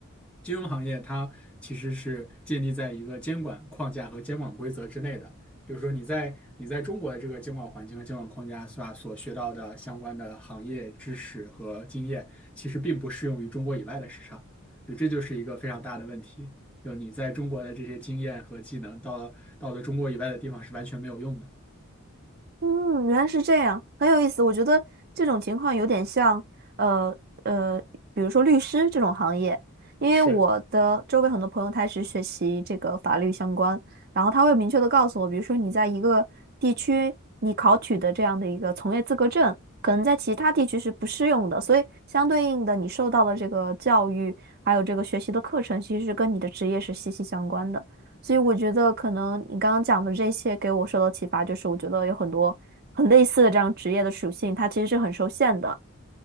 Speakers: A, in the centre; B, on the right (about 45°).
A: 金融行业它其实是建立在一个监管框架和监管规则之内的，就是说你在你在中国的这个监管环境和监管框架下所学到的相关的行业知识和经验，其实并不适用于中国以外的市场，就这就是一个非常大的问题。就你在中国的这些经验和技能，到了到了中国以外的地方是完全没有用的。
B: 嗯，原来是这样，很有意思。我觉得这种情况有点像，呃呃，比如说律师这种行业，因为我的周围很多朋友他是学习这个法律相关，
A: 是。
B: 然后他会明确的告诉我，比如说你在一个地区你考取的这样的一个从业资格证，可能在其他地区是不适用的，所以相对应的你受到的这个教育还有这个学习的课程，其实是跟你的职业是息息相关的。所以我觉得可能你刚刚讲的这些给我受到启发，就是我觉得有很多很类似的这样职业的属性，它其实是很受限的。